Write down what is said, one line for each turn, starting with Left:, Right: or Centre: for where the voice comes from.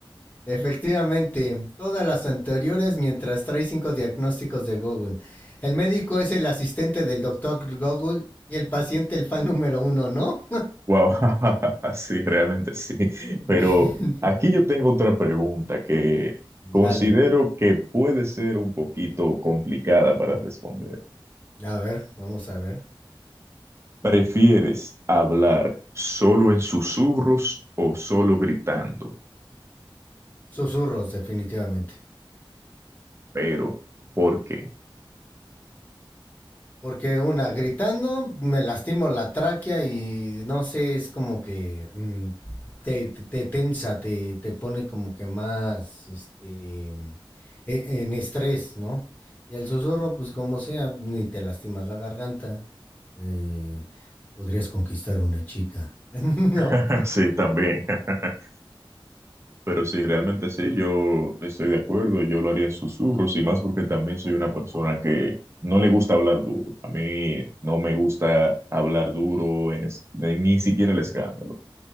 Left: Efectivamente, todas las anteriores mientras trae cinco diagnósticos de Google. El médico es el asistente del doctor Google y el paciente el fan número uno, ¿no?
Right: Wow, <laughs> sí, realmente sí.
Left: <laughs>
Right: Pero aquí yo tengo otra pregunta que considero
Left: Dale,
Right: que puede ser un poquito complicada para responder.
Left: a ver, vamos a ver.
Right: ¿Prefieres hablar solo en susurros o solo gritando?
Left: Susurros, definitivamente.
Right: Pero, ¿por qué?
Left: Porque una, gritando, me lastimo la tráquea y no sé, es como que mm, te, te- te tensa, te, te pone como que más este, mm, e- en estrés, ¿no? Y el susurro, pues como sea, ni te lastimas la garganta. eh, podrías conquistar una chica, <laughs> ¿no?
Right: <laughs> Sí, también. <laughs> Pero sí, realmente sí, yo estoy de acuerdo, yo lo haría en susurros y más porque también soy una persona que no le gusta hablar duro. A mí no me gusta hablar duro, en es- ni ni siquiera el escándalo.